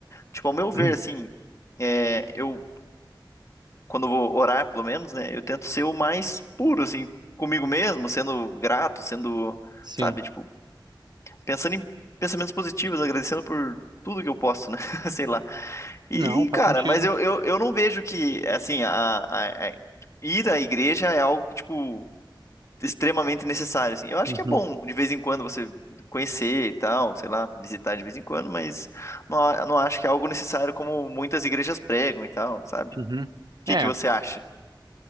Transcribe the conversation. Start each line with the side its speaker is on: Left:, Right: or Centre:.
Left: Tipo, ao meu ver,
Right: <clears throat>
Left: assim, é, eu quando eu vou orar, pelo menos, né? Eu tento ser o mais puro, assim, comigo mesmo, sendo grato, sendo,
Right: sim.
Left: sabe, tipo, pensando em pensamentos positivos, agradecendo por tudo que eu posso, né? <laughs> Sei lá. E,
Right: Não, faz
Left: cara,
Right: sentido.
Left: mas eu, eu, eu não vejo que, assim, a, a- a- ir à igreja é algo que, tipo, extremamente necessário, assim. Eu acho
Right: Uhum,
Left: que é bom, de vez em quando, você conhecer e tal, sei lá, visitar de vez em quando, mas não, a- não acho que é algo necessário como muitas igrejas pregam e tal, sabe?
Right: uhum.
Left: O que
Right: É,
Left: que você acha?